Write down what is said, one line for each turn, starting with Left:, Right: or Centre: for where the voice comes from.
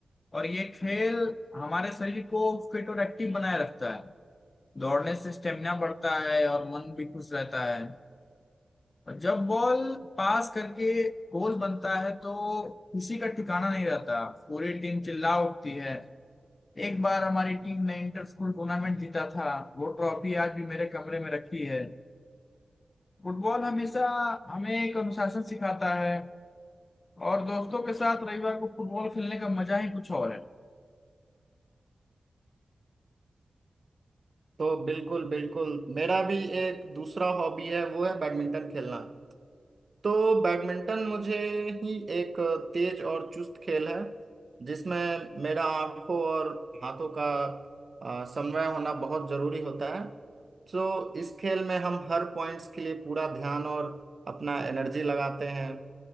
Left: और ये खेल हमारे शरीर को फिट और एक्टिव बनाए रखता है दौड़ने से स्टेमिना बढ़ता है और मन भी खुश रहता है और जब बॉल पास करके गोल बनता है तो खुशी का ठिकाना नहीं रहता पूरी टीम चिल्ला उठती है एक बार हमारी टीम ने इंटर स्कूल टूर्नामेंट जीता था वो ट्रॉफी आज भी मेरे कमरे में रखी है फुटबॉल हमेशा हमें एक अनुशासन सिखाता है और दोस्तों के साथ रविवार को फुटबॉल खेलने का मजा ही कुछ और है
Right: तो बिल्कुल बिल्कुल मेरा भी एक दूसरा हॉबी है वो है बैडमिंटन खेलना तो बैडमिंटन मुझे ही एक तेज और चुस्त खेल है जिसमें मेरा आंखों और हाथों का आ, समन्वय होना बहुत जरूरी होता है तो इस खेल में हम हर पॉइंट्स के लिए पूरा ध्यान और अपना एनर्जी लगाते हैं